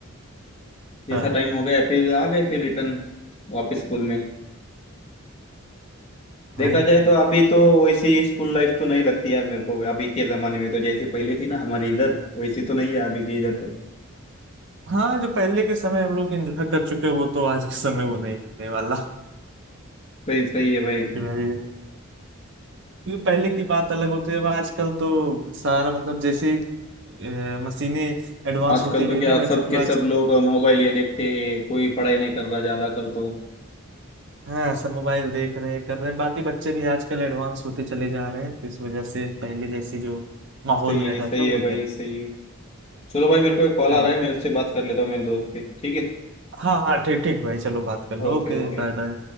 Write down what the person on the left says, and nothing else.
जैसा
टाइम हो गया फिर आ गए फिर रिटर्न वापस स्कूल में देखा
जाए तो अभी तो वैसी स्कूल लाइफ तो नहीं लगती यार मेरे को अभी के जमाने में तो जैसी पहले थी ना हमारी इधर वैसी तो नहीं है अभी के इधर तो
सही सही है भाई
आजकल
तो
क्या
सब
के सब
लोग मोबाइल ये देखते हैं कोई पढ़ाई नहीं कर रहा ज्यादा कर तो
सही है
सही
है भाई
सही है चलो भाई मेरे को एक कॉल
आ रहा है मैं उससे बात कर लेता हूँ मेरे दोस्त से ठीक है
Okay
okay